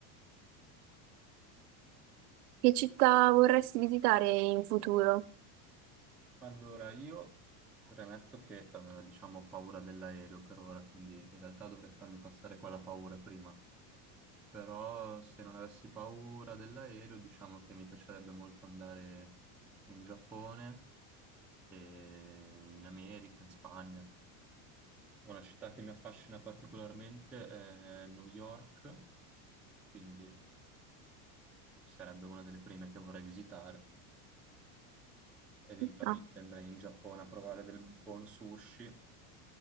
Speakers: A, on the right (about 75°); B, in the centre.
A: Che città vorresti visitare in futuro?
B: Allora, io premetto che eh, diciamo ho paura dell'aereo per ora, quindi in realtà dovrei farmi passare quella paura prima. però se non avessi paura dell'aereo, diciamo che mi piacerebbe molto andare in Giappone, e in America, in Spagna. Una città che mi affascina particolarmente è New York, quindi sarebbe una delle prime che vorrei visitare. Eventualmente
A: No.
B: andrei in Giappone a provare del buon sushi.